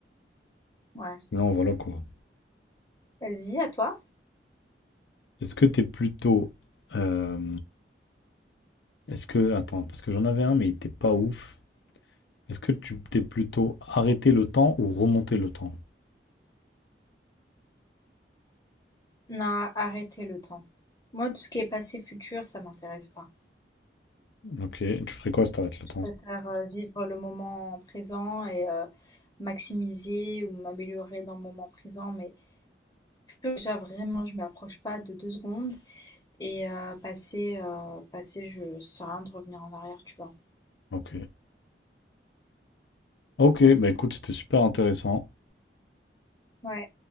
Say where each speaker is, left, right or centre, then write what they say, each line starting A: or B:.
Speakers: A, on the left; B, on the left.
A: Ouais.
B: sinon, voilà quoi.
A: Vas-y, à toi.
B: Est-ce que t'es plutôt. euh, est-ce que. Attends, parce que j'en avais un, mais il était pas ouf. Est-ce que tu t'es plutôt arrêter le temps ou remonter le temps?
A: Non, arrêtez le temps. Moi, tout ce qui est passé, futur, ça m'intéresse pas.
B: Ok, tu ferais quoi si t'arrêtes le
A: Je
B: temps?
A: préfère euh, vivre le moment présent et euh, maximiser ou m'améliorer dans le moment présent, mais futur, déjà vraiment, je m'approche pas de deux secondes et euh, passer, euh, passer, je sais rien de revenir en arrière, tu vois.
B: Ok. Ok, bah écoute, c'était super intéressant.
A: Ouais.